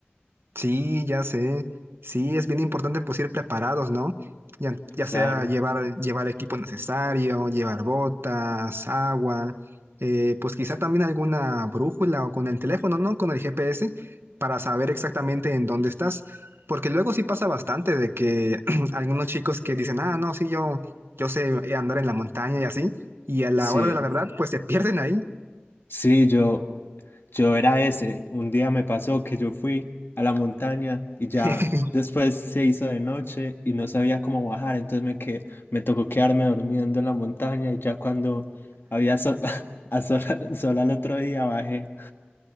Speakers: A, on the right; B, on the left.
A: Sí, ya sé. Sí, es bien importante pues ir preparados, ¿no? Ya, ya
B: Claro.
A: sea llevar, llevar equipo necesario, llevar botas, agua, eh, pues quizá también alguna brújula o con el teléfono, ¿no? Con el GPS para saber exactamente en dónde estás. Porque luego sí pasa bastante de que <clears throat> algunos chicos que dicen, ah, no, sí, yo, yo sé andar en la montaña y así, y a la
B: Sí,
A: hora de la verdad, pues se pierden ahí.
B: sí, yo, yo era ese. Un día me pasó que yo fui a la montaña y ya
A: <laughs>
B: después se hizo de noche y no sabía cómo bajar, entonces me que me tocó quedarme durmiendo en la montaña y ya cuando había sol, <laughs> a sol, sol al otro día bajé.